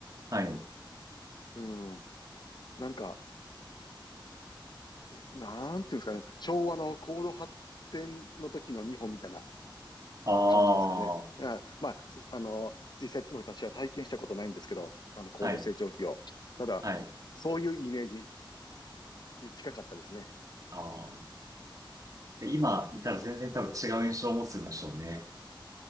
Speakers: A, on the right (about 40°); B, on the left (about 55°).
A: はい。
B: うん。なんか、なんていうんですかね。昭和の高度発展の時の日本みたいな
A: ああ、
B: 感じですかね。
A: は
B: あ、まあ、すあの、実際私は体験したことないんですけど、あの、高度成長期を。
A: い、
B: ただ、
A: はい。
B: そういうイメージに近かったですね。
A: ああ。で今いたら全然多分違う印象を持つんでしょうね。
B: うん。